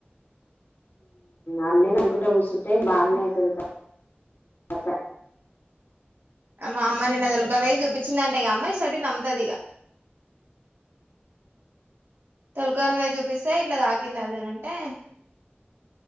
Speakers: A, on the left (about 85°); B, on the right (about 75°).
A: అన్నే నమ్కట కూఊ చట్ట బాగానే అయితుది కస
B: మా అమ్మామ నిన్నదులుకవేయి చూపించిందింటే ఇ అమ్మాయి చటి నమ్ముతది ఇక తొలకని పవి చూపిస్తే ఇట్లా తాకింది అదేనంటే